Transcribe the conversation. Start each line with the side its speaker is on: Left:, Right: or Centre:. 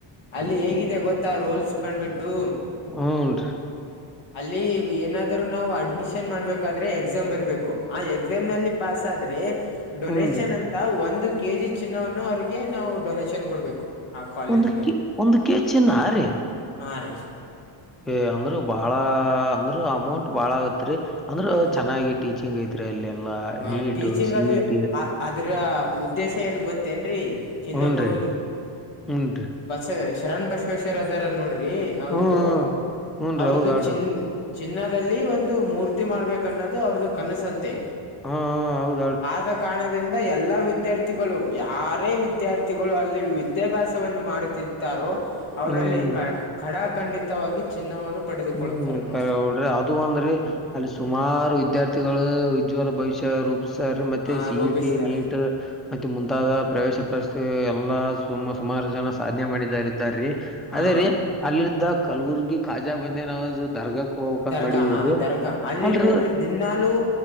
Left: ಅಲ್ಲಿ ಹೇಗಿದೆ ಗೊತ್ತಾ ರೋಲ್ಸ್ ಬಂದ್ಬಿಟ್ಟು.
Centre: ಹ್ನ್ ರೀ.
Left: ಅಲ್ಲಿ ಏನಾದರು ನಾವು ಅಡ್ಮಿಷನ್ ಮಾಡ್ಬೇಕಾದ್ರೆ ಎಕ್ಸಾಮ್ ಬರ್ಬೇಕು. ಆ ಎಕ್ಸಾಮ್ ನಲ್ಲಿ ಪಾಸ್ ಆದ್ರೆ ಡೊನೇಷನ್
Centre: ಹೂನ್ರಿ
Left: ಅಂತ ಒಂದು ಕೆ ಜಿ ಚಿನ್ನವನ್ನು ಅವರಿಗೆ ನಾವು ಡೊನೇಶನ್ ಕೊಡ್ಬೇಕು. ಆ ಕಾಲೇಜ್ಗೆ
Centre: ಒಂದ ಕೆ ಒಂದ್ ಕೆ ಜಿ ಚಿನ್ನ ಆ ರಿ.
Left: ಹಾಂ ರೀ.
Centre: ಏ ಅಂದ್ರೂ ಬಾಳ ಅಂದ್ರ ಅಮೌಂಟ್ ಬಾಳ ಆಗತ್ರಿ ಅಂದ್ರ
Left: ಹ್ಮ
Centre: ಚೆನ್ನಾಗಿ. ಟೀಚಿಂಗ್ ಐತ್ರಿ ಅಲ್ಲಿ ಎಲ್ಲಾ
Left: ಹ
Centre: ನೀಟ್
Left: ಟೀಚಿಂಗ್
Centre: ಸಿ
Left: ಅದು
Centre: ಇ ಟಿ
Left: ಅದ್ರ ಉದ್ದೇಶ ಏನ್ ಗೊತ್ತೇನ್ರರಿ ಚಿನ್ನ
Centre: ಹೂನ್ರಿ
Left: ಕೊಡುವುದು ಹ್ಮ್
Centre: ಹೂನ್ರಿ
Left: ಹ್ಮ್. ಬಸವ ಶರಣ್ ಬಸವೇಶ್ವರ್ ಅದಾರ ನೋಡ್ರಿ ಅವ್ರದು
Centre: ಹ್ಮ್ ಹ್ಮ್ ಹೂನ್ರಿ
Left: ಅವ್ರ್ದು
Centre: ಹೌದ್ ಅಲ್ರಿ
Left: ಚಿನ್ ಚಿನ್ನದಲ್ಲಿ ಒಂದು ಮೂರ್ತಿ ಮಾಡ ಬೇಕ್ ಅನ್ನೊದು ಅವ್ರದು ಕನಸಂತೆ.
Centre: ಹಾ ಹ ಹೌದ
Left: ಆದ ಕಾರಣದಿಂದ ಎಲ್ಲಾ ವಿದ್ಯಾರ್ಥಿಗಳು ಯಾರೇ ವಿದ್ಯಾರ್ಥಿಗಳು ಅಲ್ಲಿ ವಿದ ವಿದ್ಯಾಭ್ಯಾಸವನ್ನು ಮಾಡುತ್ತಿದ್ದಾರೋ ಅವರಲ್ಲಿ
Centre: ಹ್ಮ್
Left: ಖಡಖಂಡಿತವಾಗಿ ಚಿನ್ನವನ್ನು ಪಡೆದುಕೊಳ್ಳುತ್ತಾರೆ
Centre: ಹ್ಮ್
Left: ನೋಡಿ
Centre: ಕರೆ ಬಿಡ್ರಿ ಅದು ಒಂದ್ರಿ.
Left: ಹ್ಮ
Centre: ಅಲ್ಲಿ ಸುಮಾರು ವಿದ್ಯಾರ್ಥಿಗಳು ವಿಜ್ವಲ ಭವಿಷ್ಯ ರೂಪಿಸ ತಾರೆ ಮತ್ತೆ
Left: ಹ
Centre: ಸಿಇ
Left: ರೂಪಿಸ್ಯಾರ
Centre: ಟಿ ನೀಟ್ ಮತ್ತೆ ಮುಂತಾದ ಪ್ರವೇಶ ಪರಿಸ ಎಲ್ಲಾ ಸುಮ ಸುಮಾರು ಜನ ಸಾಧನೆ ಮಾಡಿದಾರ ಇದ್ದಾರಿ.
Left: ಹಾ
Centre: ಅದೇ ರೀ ಅಲ್ಲಿದ್ದ ಕಲಬುರ್ಗಿ ಕಾಜಾ ಬಂದೇನವಾಜ ದರ್ಗಾಕ್ ಹೋಗ್ಬೇಕಂತ್
Left: ದರ್ಗಾ
Centre: ಮಾಡಿದೀರಿ.
Left: ಹಾ ದರ್ಗಾ ಅಲ್ಲಿ
Centre: ಅಲ್ರಿ
Left: ನೋಡ್ರಿ ದಿನಾಲುೂ